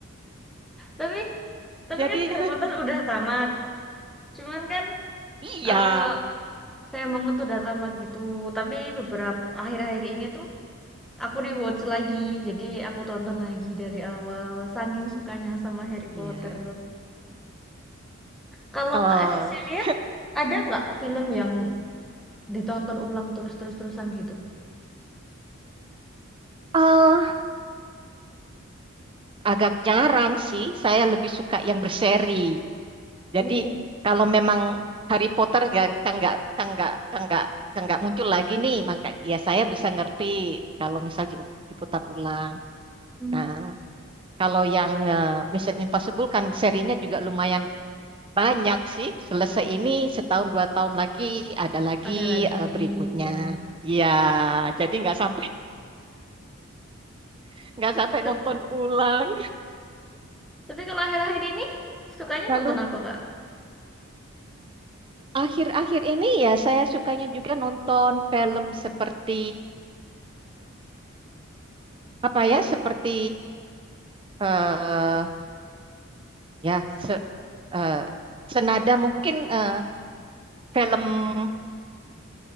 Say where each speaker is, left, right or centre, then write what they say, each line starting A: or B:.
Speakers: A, in the centre; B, on the right (about 25°).
A: tapi tapi
B: Jadi
A: kan Harry Potter udah tamat. Cuman kan
B: <laughs> iya,
A: eh saya banget udah tamat gitu. Tapi beberapa akhir-akhir ini tuh aku rewatch lagi. Jadi aku tonton lagi dari awal. Saking sukanya sama Harry
B: iya.
A: Potter. Kalau
B: Eh,
A: Kak Cecilia, ada nggak film yang ditonton ulang terus-terus-terusan gitu?
B: eh, agak jarang sih. Saya lebih suka yang berseri. Jadi
A: Uh.
B: kalau memang Harry Potter kan kan nggak kan nggak kan nggak kan nggak muncul lagi nih, maka ya saya bisa ngerti kalau misal di- diputar ulang.
A: Mhm.
B: Nah, kalau yang eh, Mission Impossible kan serinya juga lumayan banyak sih. Selesai ini setahun dua tahun lagi ada lagi
A: Ada lagi
B: eh, berikutnya.
A: ya.
B: Ya, jadi nggak sampai <laughs> nggak sampai
A: Tep-
B: nonton ulang.
A: Tapi kalau akhir-akhir ini sukanya
B: Lalu
A: nonton apa Kak?
B: akhir-akhir ini ya saya sukanya juga nonton film seperti apa ya seperti eh ya se- eh, senada mungkin eh, film